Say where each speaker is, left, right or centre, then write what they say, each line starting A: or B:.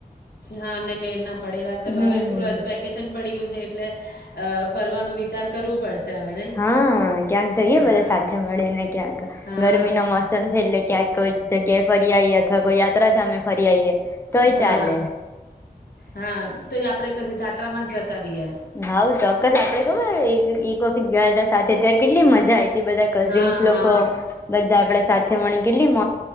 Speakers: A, on the left; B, on the left.
A: હા ન મેળ ના પડે વાત તો હવે
B: હમ
A: વેકેશન પડી ગયું. એટલે, અ ફરવાનું વિચાર કરવું પડશે. હવે નહીં
B: હા ક્યાંક જઈયે
A: હા
B: બધા સાથે મળીને ક્યાંક,
A: હા
B: ગરમી ન મોસમ છે એટલે ક્યાંક કોઈ જગ્યાએ ફરી આવીઈએ અથવા કોઈ યાત્રાધામે ફરી આવીઈએ. તોય
A: હા
B: ચાલે
A: હા તો એ આપડે ક જાત્રા માં જ જતા રહીએ
B: હા ચોક બ આપડે ખબર એક વખત ગયા હતા સાથે અત્યારે કેટલી મજા આવી બધા કઝિન્સ
A: હા
B: લોકો,
A: હા
B: બધા આપડે સાથે મણી ગટલી મ